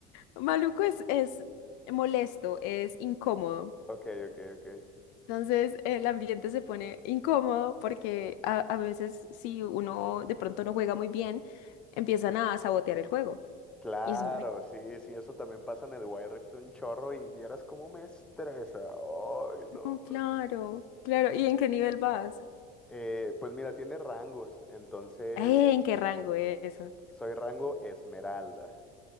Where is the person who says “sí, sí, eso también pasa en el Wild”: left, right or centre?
Centre